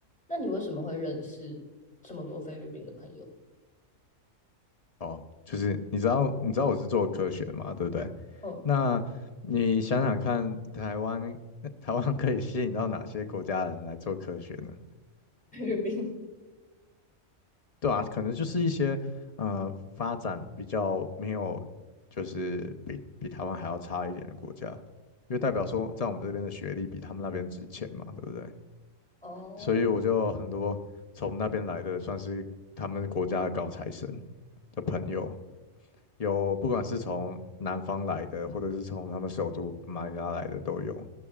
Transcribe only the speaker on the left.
哦，就是你知道，你知道我是做科学的嘛，对不对？
那你想想看，台湾呃 <laughs> 台湾可以吸引到哪些国家的人来做科学呢？
对啊，可能就是一些呃发展比较没有，就是比比台湾还要差一点的国家，因为代表说在我们这边的学历比他们那边值钱嘛，对不对？
所以我就有很多从那边来的，算是他们国家的高材生的朋友。有不管是从南方来的，或者是从他们首都马尼拉来的都有。